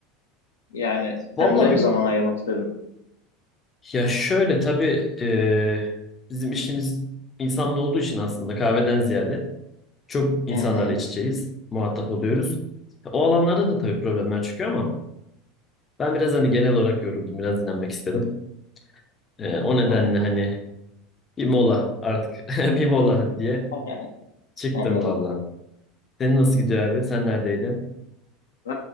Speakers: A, on the left (about 70°); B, on the left (about 25°).
A: e, yani
B: Vallahi
A: kendine mi zaman
B: bir
A: ayırmak istedin?
B: Ya şöyle tabii e, bizim işimiz insanla olduğu için aslında kahveden ziyade çok
A: Hı
B: insanlarla
A: hı.
B: iç içeyiz, muhatap oluyoruz. O alanlarda da tabii problemler çıkıyor ama ben biraz hani genel olarak yoruldum, biraz dinlenmek istedim. E, o nedenle
A: An-
B: hani bir mola artık <laughs> bir mola diye
A: <laughs>
B: çıktım
A: Anladım.
B: valla. Senin nasıl gidiyor abi? Sen neredeydin?
A: E,